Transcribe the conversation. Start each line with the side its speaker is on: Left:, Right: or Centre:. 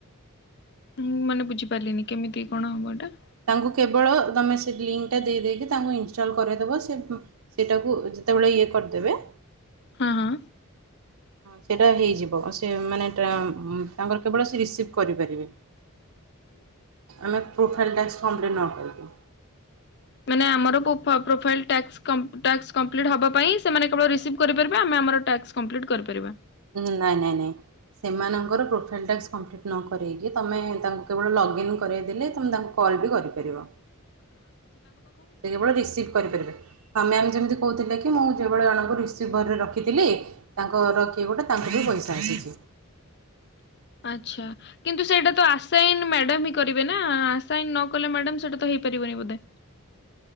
Left: ହୁମ ମାନେ ବୁଝିପାରିଲିନି କେମିତି କଣ ହବ ଏଇଟା?
Right: ତାଙ୍କୁ କେବଳ ତମେ ସେ ଲିଙ୍କ ଟା ଦେଇ ଦେଇେଇକି ତାଙ୍କୁ ଇନଷ୍ଟଲ କରେଇଦବ ସେ ସେଇଟାକୁ ଯେତେବେଳେ ଇଏ କରିଦେବେ।
Left: ହଁ ହଁ।
Right: ସେଟା ହେଇଯିବ ସେମାନେ ଟା ଉମ ତାଙ୍କର କେବଳ ସେ ରିସିଭ କରିପାରିବେ।
Left: ହ <inaudible>
Right: ଆମେ ପ୍ରୋଫାଇଲ୍ ଟାକ୍ସ କଂପ୍ଲିଟ୍ ନବୁ।
Left: ମାନେ ଆମର ପୋପ ପ୍ରୋଫାଇଲ ଟାସ୍କ କଂ ଟାସ୍କ କଂପ୍ଲିଟ୍ ହବା ପାଇଁ ସେମାନେ କେବଳ ରିସିଭ କରିପାରିବେ ଆମେ ଆମର ଟାସ୍କ କଂପ୍ଲିଟ୍ କରିପାରିବା।
Right: ଉମ ନାଇଁ ନାଇଁ ନାଇଁ। ସେମାନଙ୍କର ପ୍ରୋଫାଇଲ ଟାସ୍କ କଂପ୍ଲିଟ୍ ନ କରେ଼ଇକି ତମେ ତାଙ୍କୁ କେବଳ ଲଗ୍ଇନ୍ କରେଇଦେଲେ ତମେ ତାଙ୍କୁ କ କଲ ବି କରିପାରିବ।
Left: ହଁ <inaudible>
Right: ସେ କେବଳ ରିସିଭ କରିପାରିବେ ଆମେ ଆମେ ଯେମିତି କହୁଥିଲେ ମୁଁ ଯେଭଳି ଜଣଙ୍କୁ ରିସିଭରରେ ରଖିଥିଲି ତାଙ୍କଘରର କିଏ ଗୋଟେ ତାଙ୍କୁ ବି ପଇସା ଆସିଛି।
Left: ହ ଆଚ୍ଛା କିନ୍ତୁ ସେଇଟା ତ ଆସାଇନ ମ୍ୟାଡାମ ହିଁ କରିବେ ନା ଆସାଇନ ନ କଲେ ମ୍ୟାଡମ ସେଟା ତ ହେଇପାରି ହେବନି ବଧେ।